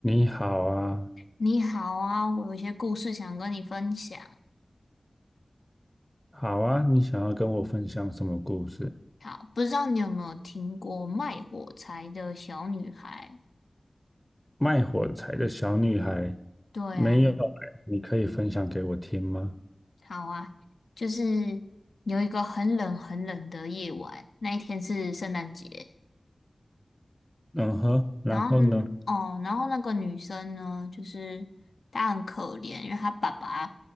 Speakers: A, in the centre; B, on the left (about 80°).
A: 你好啊，
B: 你好啊，我有一些故事想跟你分享。
A: 好啊，你想要跟我分享什么故事？
B: 好，不知道你有没有听过卖火柴的小女孩？
A: 卖火柴的小女孩，
B: 对啊，
A: 没有欸，你可以分享给我听吗？
B: 好啊，就是有一个很冷很冷的夜晚，那一天是圣诞节。
A: 嗯哼，然后呢？
B: 然后呢哦，然后那个女生呢，就是她很可怜，因为她爸爸，